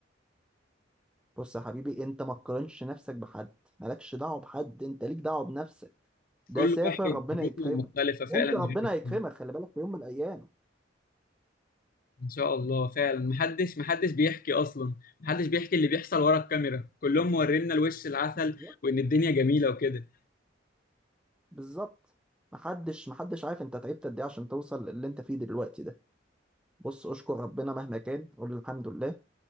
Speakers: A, in the centre; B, on the left.
A: بص يا حبيبي انت ما تقارنش نفسك بحد مالكش دعوه بحد انت ليك دعوه بنفسك ده
B: كل
A: سافر
B: واحد
A: ربنا
B: ظروفه
A: يكرمه
B: مختلفة فعلا
A: انت ربنا
B: غير التاني.
A: هيكرمك خلي بالك في يوم من الايام
B: إن شاء الله فعلا محدش محدش بيحكي أصلا محدش بيحكي اللي بيحصل ورا الكاميرا كلهم مورينا الوش العسل
A: بالظبط
B: وإن الدنيا جميلة وكده
A: بالظبط محدش محدش عارف انت تعبت قد ايه عشان توصل للي انت فيه دلوقتي ده بص اشكر ربنا مهما كان قول الحمد لله